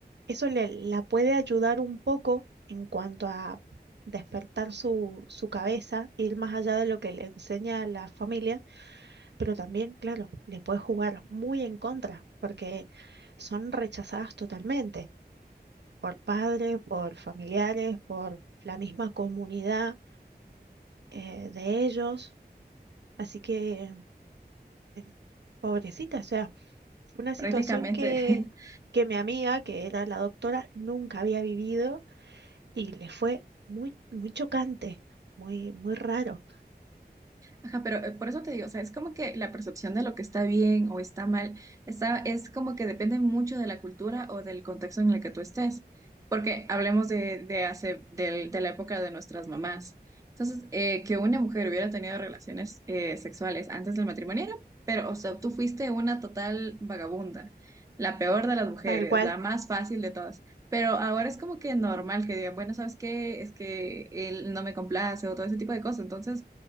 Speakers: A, on the right (about 85°); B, on the right (about 20°).
A: eso le, la puede ayudar un poco en cuanto a despertar su, su cabeza, ir más allá de lo que le enseña la familia, pero también, claro, le puede jugar muy en contra, porque son rechazadas totalmente por padres, por familiares, por la misma comunidad eh, de ellos. Así que, eh, pobrecita, o sea, Fue una situación
B: prácticamente.
A: que,
B: <laughs>
A: que mi amiga, que era la doctora, nunca había vivido y le fue muy, muy chocante, muy, muy raro.
B: Ajá, pero eh, por eso te digo, o sea, es como que la percepción de lo que está bien o está mal, está, es como que depende mucho de la cultura o del contexto en el que tú estés, porque hablemos de, de hace, del- de la época de nuestras mamás. Entonces, eh, que una mujer hubiera tenido relaciones eh, sexuales antes del matrimonio, era- pero, o sea, tú fuiste una total vagabunda, la peor de las mujeres,
A: Tal cual.
B: la más fácil de todas. Pero ahora es como que normal que digan, bueno, ¿sabes qué? Es que él no me complace o todo ese tipo de cosas. Entonces,